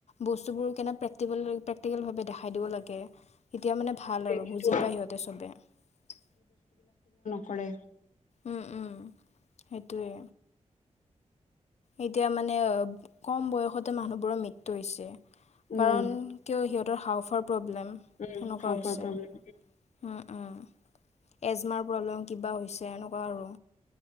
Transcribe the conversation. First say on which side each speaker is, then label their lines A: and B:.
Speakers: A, on the left; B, on the left.
A: বস্তুবোৰ কেনে প্ৰেক্টিকেল প্ৰেক্টিকেল ভাৱে দেখাই দিব লাগে এতিয়া মানে ভাল আৰু
B: কিন্তু
A: বুজি পায় সিহঁতে চবেই
B: কৰে
A: উম উম সেইটোৱেই এতিয়া মানে কম বয়সতে মানুহবোৰৰ মৃত্যু হৈছে।
B: উম
A: কাৰণ কিয় সিহঁতৰ হাওফাওৰ প্ৰব্লেম
B: উম
A: সেনেকুৱা
B: হাওফাওৰ
A: হৈছে
B: প্ৰব্লেম
A: উম উম এজমাৰ প্ৰব্লেম কিবা হৈছে, এনেকুৱা আৰু